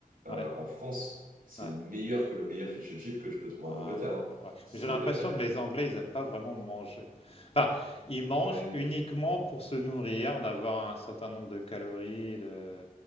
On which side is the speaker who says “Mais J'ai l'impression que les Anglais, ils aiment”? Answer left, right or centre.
Left